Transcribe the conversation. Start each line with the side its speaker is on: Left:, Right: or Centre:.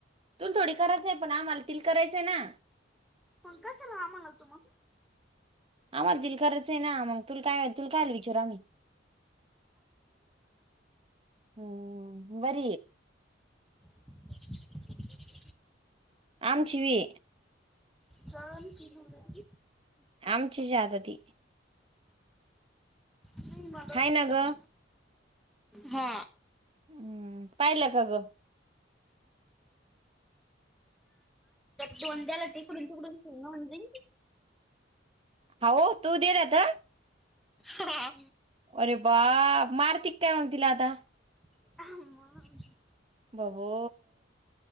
Right: तुला थोडी करायचंय पण आम्हाला त करायचंय ना
Centre: पं कशाला आम्हाला होतो मग
Right: आम्हाला तल करच आहे ना मग तू काय तू कायल विचार आम्ही हम् वर
Centre: <inaudible>
Right: आमचीिवी
Centre: जाग फिरी
Right: आमची जादादी
Centre: म
Right: हाय ना ग
Centre: हा
Right: हम्म पाहिलं का ग
Centre: दोन द्याला तिकडून तिकडून फिमई
Right: हो तू दे राता
Centre: हा
Right: अरे बा मार्तिक काय मग तला आता
Centre: ह
Right: बबू